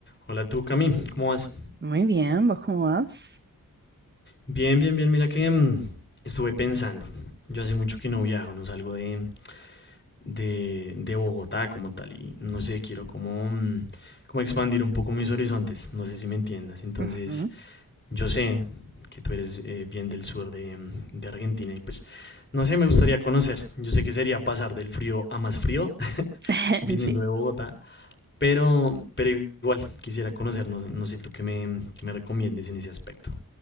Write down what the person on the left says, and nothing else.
Hola tú, Cami, ¿cómo vas?
Bien, bien, bien, mira que mm, estuve pensando. Yo hace mucho que no viajo, no salgo de, de, de Bogotá como tal y no sé, quiero como, mm, como expandir un poco mis horizontes, no sé si me entiendas. Entonces,
yo sé que tú eres eh, bien del sur de, mm, de Argentina y pues, no sé, me gustaría conocer. Yo sé que sería pasar del frío a más frío <laughs>
viniendo
de Bogotá, pero, pero igual quisiera conocer, no, no sé tú qué me, qué me recomiendes en ese aspecto.